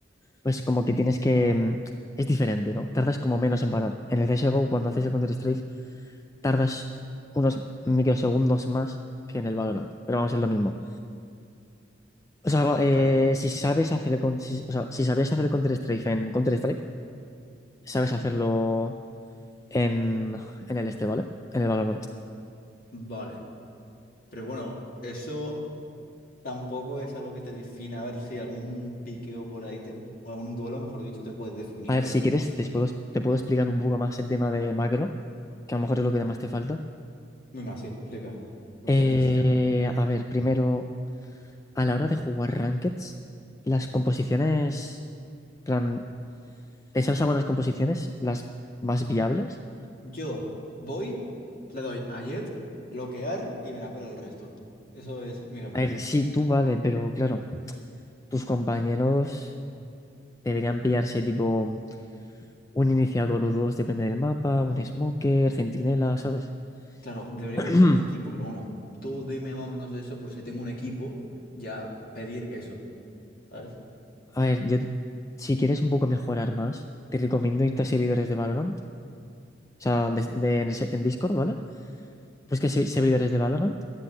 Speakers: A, on the left; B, on the left.
A: pues como que tienes que...
B: Ajá.
A: mm, Es diferente, ¿no? Tardas como menos en parar. En el CSGO, cuando haces el Counter-Strike, tardas unos microsegundos más que en el Valorant, pero vamos, es lo mismo. O sea, va- eh,
B: Está bien.
A: si sabes hacer el, con- si, o sea, si sabías hacer el Counter-Strike en Counter-Strike, sabes hacerlo en, en el este, ¿vale? En el Valorant.
B: Vale. Pero bueno, eso. Tampoco es algo que te defina. A ver si algún piqueo por ahí, te, o algún duelo, mejor dicho, te puedes definir,
A: A ver,
B: pero...
A: si quieres, te puedo, te puedo explicar un poco más el tema de macro, que a lo mejor es lo que más te falta.
B: Venga, sí, explica. Me
A: Eh,
B: interesa este tema.
A: a ver, primero, a la hora de jugar Rankeds, las composiciones, plan, ¿te sabes algunas composiciones, las más viables?
B: Yo voy, le doy a Jet, bloquear y me la pela el resto. Eso es mi gameplay.
A: A ver, sí, tú vale, pero claro, tus compañeros deberían pillarse tipo un iniciador o dos, depende del mapa, un smoker, centinela, ¿sabes?
B: Claro, debería
A: <clears throat>
B: buscarme un equipo, pero bueno, tú dime más o menos eso por si tengo un equipo, ya pedir eso, ¿sabes?
A: A ver, yo, si quieres un poco mejorar más, te recomiendo irte a servidores de Valorant O sea, de- de- en, ese- en Discord, ¿vale? Buscas se- servidores líderes de Valorant